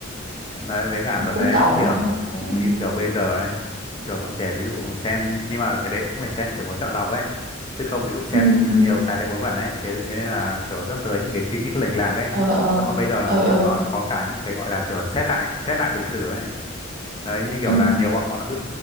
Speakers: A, on the left (about 25°); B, on the right (about 45°).
A: Đấy, với cả tớ
B: cũng
A: thấy
B: tội
A: kiểu
B: ừ
A: như kiểu bây giờ ấy, kiểu bọn trẻ ví dụ xem, nhưng mà cái đấy cũng phải xem kiểu có chọn lọc ấy. Chứ không ví dụ xem
B: ừ ừ
A: nhiều tài liệu vớ vẩn ấy, thế thế nên là kiểu dẫn tới những cái suy nghĩ lệch lạc ấy.
B: ờ ờ
A: Xong rồi bây giờ
B: ờ
A: như
B: ờ
A: kiểu nó lại có cả những cái gọi là kiểu xét lại, xét lại lịch sử ấy. Đấy, như kiểu
B: ừ
A: là nhiều bọn bọn nó cứ,